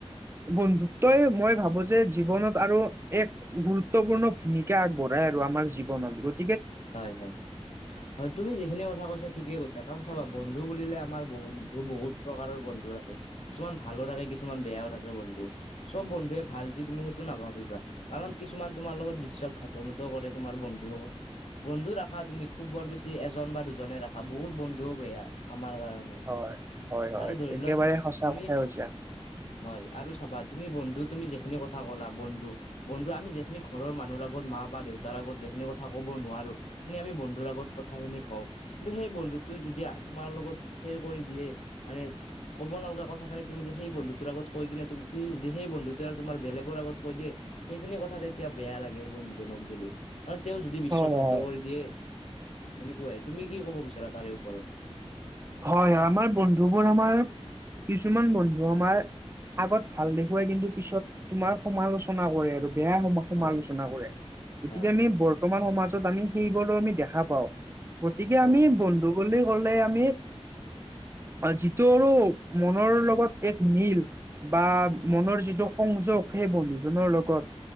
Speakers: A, on the right; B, on the left.
A: বন্ধু। তই মই ভাবো যে জীৱনত আৰু এক। গুৰুত্বপূৰ্ণ ভূমিকা আগবঢ়াই আৰু আমাৰ জীৱনত গ।
B: হয় হয়। হয়, তুমি যিখিনি কথা কৈছা ঠিকেই কৈছা কাৰণ চাবা বন্ধু বুলিলে আমাৰ বন্ধু বহুত প্ৰকাৰৰ বন্ধু থাকে। কিছুমান ভালো থাকে কিছুমান বেয়াও থাকে বন্ধু চব বন্ধুুৱে ভাল যি তুমি সে। টো নাভাবিবা কাৰণ কিছুমান তোমাৰ লগত বিশ্বাস ঘাত মত কৰে তোমাৰ বন্ধুক বন্ধু। ৰাখা তুমি খুব বৰ বেছি এজন বা দুজনে ৰাখা বহুত বন্ধুও বেয়া আমাৰ কাৰণে।
A: হয়, হয়, হয়,
B: আৰু ধৰি
A: একেবাৰে
B: লোৱা
A: সঁচা
B: তুমি
A: কথাই কৈছা
B: হয়, আৰু চাবা তুমি বন্ধু তুমি যিখিনি কথা ক'লা বন্ধু। বন্ধু আমি যিখিনি ঘৰৰ মানুহৰ আগত মা বা দেউতাৰ আগত যিখিনি কথা ক'ব নোৱাৰো। নে আমি বন্ধুৰ আগত কথাখিনি কওঁ। কিন্তু সেই বন্ধুটোৱে যদি তোমাৰ লগত সেই কৰি দিয়ে মানে ক'ব নালগা কথাখিনি তুমি যে সেই বন্ধুটোৰ আগ কৈ কিনে তুমি যদি সেই বন্ধুটোৱে আৰু তোমাৰ বেলেগৰ আগত কৈ দিয়ে সেইখিনি কথা তেতিয়া বেয়া লাগে বন্ধুজনক গেলি। কাৰ তেওঁ যদি বিশ্বঘাত
A: হয় হয়
B: কৰি দিয়ে সেনেকুৱাই, তুমি কি ক'ব বিচাৰা তাৰে ওপৰত?
A: হয়, হয় আমাৰ বন্ধুবোৰ আমাৰ কিছুমান বন্ধু আমাৰ আগত ভাল দেখুৱাই কিন্তু পিছত তোমাৰ সমালোচনা কৰে আৰু। বেয়া সমা সমালোচনা
B: হয়
A: কৰে গতিকে
B: হয়
A: আমি বৰ বৰ্তমান সমাজত আমি সেইবোৰো আমি দেখা পাওঁ, গতিকে
B: হয়
A: আমি বন্ধু বুলি কলে আমি যিটো আৰু মনৰ লগত এক মিল বা
B: হয়
A: মনৰ যিটো সংযোগ সেই বন্ধুজনৰ লগত